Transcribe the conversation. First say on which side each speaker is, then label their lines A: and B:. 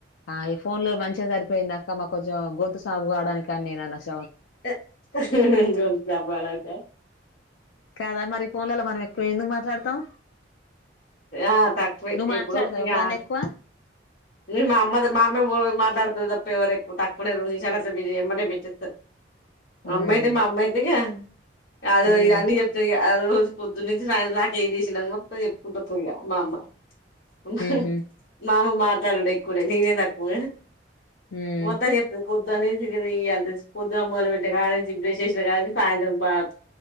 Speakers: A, on the left; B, on the left.
A: ఆ ఈ ఫోన్ లో మంచిగా సరిపోయింది అక్క మాకు కొంచెం గొంతు సాఫ్ గావడానికి కాని నేను అనస్
B: ఎ గొంతు సాఫ్ కావడానికా
A: కాదా మరి ఫోన్లల మనం ఎక్కువ ఎందుకు మాట్లాడుతాం
B: ఆ తక్కువే
A: నువ్వు
B: ఇప్పుడు
A: మాట్లాడతావా
B: ఇగా
A: ఎప్పుడన్నా ఎక్కువ
B: ఈ మా అమ్మది మా అమ్మె వో మా నాడీపీ తప్పి ఎవరు ఎక్కు తక్కునే రో జేశారో అట్లా పిడి జెయమంటే ఎంబడే పెట్టితర్
A: ఉమ్
B: అమ్మాయిది మా అమ్మాయిది ఇగ అదో
A: ఉమ్
B: ఇగ అన్నీ చెప్తరు ఇగ ఆ రోజు పొద్దు నుంచి సాయంత్రం దాకేం జేసిన మొ చెప్పుకుంట పోయ్ ఇగ మా అమ్మ ఆహ్ హా
A: ఉహు
B: మామ మాట్లాడు ఏక్కువ లేదు నీదేం తకు పో
A: ఉమ్
B: మొత్తం చెప్తది పోద్ <unintelligible> పొద్దునానుంచి కడ్నుంచి ఇదే ఇగా పొద్దున మోదలుపెట్టినాకడ్నుంచి బ్రష్ ఏషిన కా నుంచి సాయంత్రం గాప్